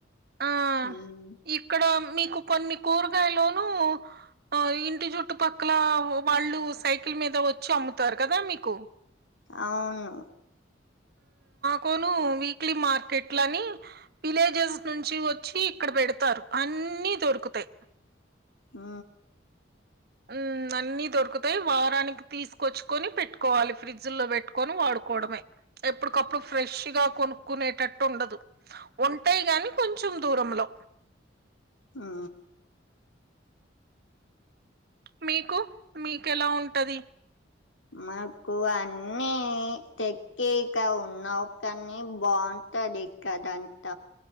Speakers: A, on the right; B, on the left.
A: ఆ
B: ఉమ్
A: ఇక్కడ మీకు కొన్ని కూరగాయలునూ ఆ ఇంటి చుట్టుపక్కల వాళ్ళు సైకిల్ మీద వచ్చి అమ్ముతారు కదా మీకు
B: అవును
A: కొను క్లీ మార్కెట్ లని విలేజెస్ నుంచి వచ్చి ఇక్కడ పెడతారు అన్ని దొరుకుతాయి
B: ఆ
A: ఉమ్ అన్ని దొరుకుతాయి వారానికి తీసుకొచ్చుకొని పెట్టుకోవాలి ఫ్రిడ్జ్ లో పెట్టుకొని వాడు కోడమే ఎప్పటికప్పుడు ఫ్రెష్ గా కొనుక్కునేటట్టు ఉండదు ఉంటాయి కాని కొంచెం కొంచెం దూరంలో
B: ఆ
A: మీకు మీకెలా ఉంటది
B: మాకు అన్ని తెక్కేక ఉన్నావు కానీ బా గుంటది కదా అంత